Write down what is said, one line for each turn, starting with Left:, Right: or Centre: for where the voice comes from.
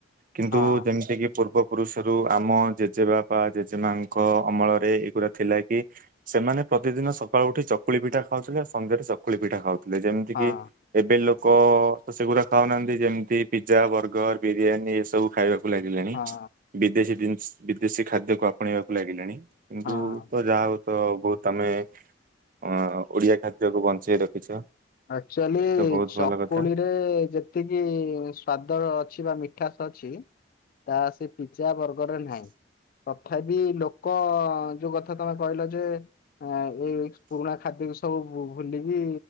Right: କିନ୍ତୁ
Left: ହଁ
Right: ଯେମିତି କି ପୂର୍ବ ପୁରୁଷ ସେଥିରୁ ଆମ ଜେଜେବାପ ଜେଜେ ମାଙ୍କ ଅମଳରେ ଏଇଗୁଡ଼ା ଥିଲା କି ସେମାନେ ପ୍ରତିଦିନ ସକାଳୁ ଉଠି ଚକୁଳି ପିଠା ଖାଉଥିଲେ ଆଉ ସନ୍ଧ୍ୟାରେ ଚକୁଳି ପିଠା ଖାଉଥିଲେ ଯେମିତି
Left: ହଁ
Right: କିି ଏବେ ଲୋକ ସେଗୁଡା ଖାଉନାହାନ୍ତି ଯେମିତି ପିଜା ବର୍ଗର ବିରିୟାନୀ ଏସବୁ ଖାଇବାକୁ କୁ ଲାଗିଲେଣି
Left: ହଁ
Right: ବିଦେଶୀ ଜିନିଷ ବିଦେଶୀ ଖାଦ୍ୟକୁ ଆପଣେଇବାକୁ ଲାଗିଲେଣି। <unintelligible>
Left: ହଁ
Right: ତ ଯାହା ହଉ ତ ବହୁତ ଆମେ ଅ ଓଡିଆ ଖାଦ୍ୟକୁ ବଞ୍ଚେଇ ରଖିଛ
Left: ଆକ୍ଚୁଆଲି
Right: ତ ବହୁତ
Left: ଚକୁଳି
Right: ଭଲ କଥା
Left: ରେ ଯେତ୍ ତିକି ସ୍ଵାଦ ଅଛି ବା ମିଠାଶ ଅଛି ତା ସେ ପିଜା ବର୍ଗରରେ ନାହିଁ। ତଥାବି ଲୋକ ଯୋଉ ଗଥା ତମେ କହିଲ ଯେ? ଆ ଏଇ <unintelligible> ପୁରୁଣା ଖାଦ୍ୟକୁ ସବୁ ଭୁଲିକି